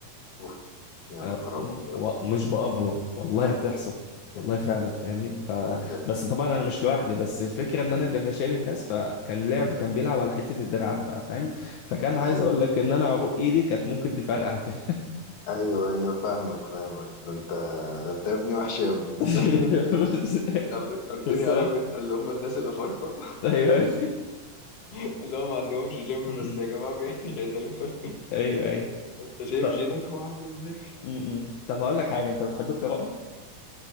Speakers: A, on the left; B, on the left.
A: اوف يا
B: انا
A: نهار
B: م-
A: ابيض
B: و- مش بافور والله بتحصل
A: ده
B: والله فعلا فاهمني ف
A: ايه ده
B: بس طبعا انا مش لوحدي بس الفكره ان
A: ده
B: انا
A: انت
B: اللي فشال الناس فكان لعب كان بيلعب على حته الدراعات بقى فاهم فكان عايز
A: ايوه
B: اقول لك ان انا عروق ايدي كانت ممكن تفرقع كده
A: ايوه ايوه فاهمك فاهمك ده انت ده انت يا ابني وحش يا ابني
B: <laughs>
A: <laughs> ده انت
B: بس
A: فكرتني
B: الصراحه
A: عارف انت اللي هم الناس الافارقه
B: ايوه
A: <laughs> اللي هم ما عندهمش جيم
B: م-م.
A: بس يا جماعه بي- <laughs> شغالين في
B: ايوه ايوه
A: انت شايف
B: طب
A: جيناتهم عامله ازاي
B: م-م. طب اقول لك حاجه انت بتحب القراءه؟